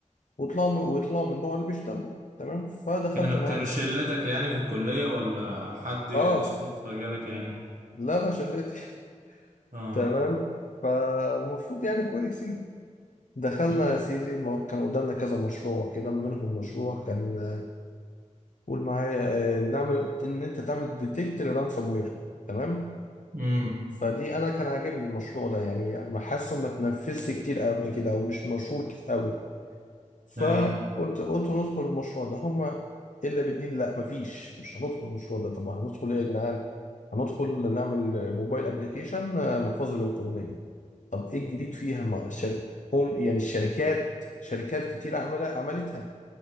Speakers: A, on the left; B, on the right.
A: ويطلعوا من- ويطلعوا من النوع اللي بيشتغلوا تمام فدخلت
B: كانوا كانوا
A: معاهم
B: شلتك
A: التيم
B: يعني في الكلية ولا حد بالصدفة
A: اه
B: جالك يعني
A: لا انا شلتي <laughs>
B: اه
A: تمام فالمفروض يعني كويسين دخلنا
B: امم
A: يا سيدي ما هو كان قدامنا كذا مشروع كده منهم مشروع كان قول معايا آه، نعمل ان انت تعمل ديتكت للرانسوم وير تمام
B: امم
A: فدي انا كان عاجبني المشروع ده يعني ما حاسه ما اتنفذش كتير قبل كده او مش مشهور ك- قوي فقلت
B: ايوه
A: قلت ندخل المشروع ده هما الا بالدين لا مفيش مش هندخل المشروع ده طب هندخل ايه يا جدعان هندخل نعمل موبايل ابلكيشن محفظه الكترونيه طب ايه الجديد فيها مع الشركه هم يعني الشركات شركات كتير عملها عملتها